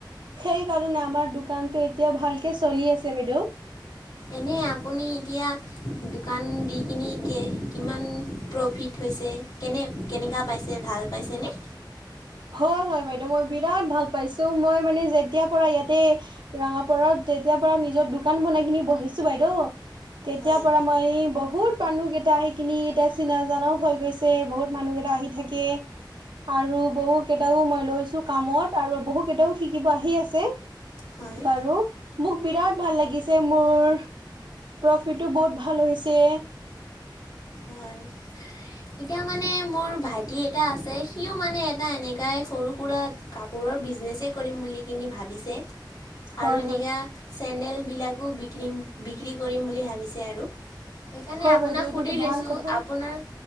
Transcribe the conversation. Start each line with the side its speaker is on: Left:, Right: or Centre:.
Right: সেই কাৰণে আমাৰ দোকানতো এতিয়া ভালকে চলি আছে বাইদেউ।
Left: এনে আপুনি এতিয়া দোকান দি কিনি কিমান প্ৰফিট হৈছে কেনে কেনেকুৱা পাইছে ভাল পাইছা নে?
Right: হয় হয় বাইদেউ মই বিৰাট ভাল পাইছো মই মানে যেতিয়াৰ পৰা ইয়াতে ৰঙাপাৰত যেতিয়াৰ পৰা নিজৰ দোকান বনাই কিনি বহিছো বাইদেউ তেতিয়াৰ
Left: হয়।
Right: পৰা মই বহুত মানুহ কেইটা আহি কিনি এতিয়া চিনাজানাও হৈ গৈছে বহুত মানুহ কেইটা আহি থাকে। আৰু বহু ত কেইটাও মই লৈছো কামত আৰু বহু কেইটাও শিকিব আহি আছে
Left: হয়
Right: বাৰু। মোক বিৰাট ভাল লাগিছে মোৰ প্ৰফিটো বহুত ভাল হৈছে।
Left: হয়। এতিয়া মানে মোৰ ভাইটি এটা আছে সিও মানে এটা এনেকাই সৰু সুৰা কা পোৰৰ বিজনেচেই কৰিম বুলি কিনি ভাবিছে।
Right: <inaudible>
Left: আৰু এনেকা
Right: হয়
Left: চেণ্ডেল বিলাকো বিক্ৰীম বিক্ৰী কৰিম বুলি ভাবিছে আৰু। সেইকাৰণে
Right: হয়
Left: আপোনাক
Right: বাইদেউ এইটোতো
Left: সুধি লৈছো
Right: ভাল কথা।
Left: আপোনাৰ